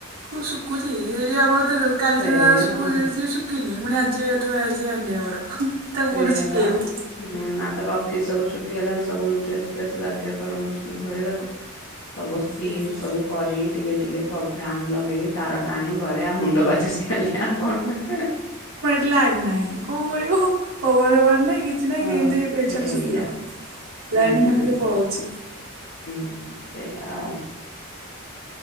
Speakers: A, on the right; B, on the left.
A: କ ଉଶୁଖୁଛି <inaudible> କାଲିଠୁ
B: ସେଇଆ
A: ଶୁଖୁଛି
B: ଆଉ।
A: <unintelligible>
B: ସେଇୟା
A: ଶୁକେଇବୁ
B: ପା। ହୁଁ <inaudible> ତର ଅଫିସ ସବୁ ଛୁଟି ହେଲା ବଳେ ସବୁ ଡ୍ରେସ ଫ୍ରେସ ବାଧ୍ୟ ଧୋଇବାକୁ। ସବୁ ସ୍କ୍ରିନ
A: ସେଇଆ।
B: ସବୁ କରିକି ଟିକେ ଟିକେ ଫ୍ୟାନ ଲଗେଇି କି ତାର ଟାଣି ଘରେ ଆଉ ମୁଣ୍ଡ ବାଜୁଛି ଖାଲି। ଆଉ କଣ କହିବି।
A: ଲାଇନ ନାହିଁ କଣ କରିବ ପବନ ହବାର ନାହିଁ କି। କିଛି ନାଇ
B: ହଁ
A: କେନ୍ତି ଏ ଏ ପ୍ୟାଣ୍ଟ
B: ସେଇଆ
A: ସାର୍ଟ ଶୁଖିବ
B: ହୁଁ
A: ଲାଇନ୍ ଭାଲିକେ ପଳଉଛି।
B: ହୁଁ ସେଇଆ ଆଉ।